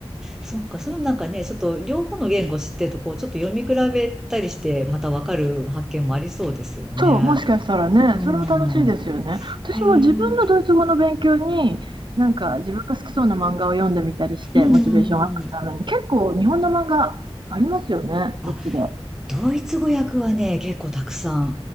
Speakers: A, in the centre; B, on the right.
A: そっか、そのなんかね、ちょっと両方の言語知ってると、こう、ちょっと読み比べたりして、またわかる発見もありそうですよね。
B: そう、もしかしたらね、
A: うん。
B: それも楽しいですよね。私も自分のドイツ語の勉強に、
A: へえ。うん。
B: なんか自分が好きそうな漫画を読んでみたりして、
A: うんうんうん。
B: モチベーションアップのために、結構日本の漫画ありますよね、
A: あ、
B: こっちで。
A: ドイツ語訳はね、結構たくさん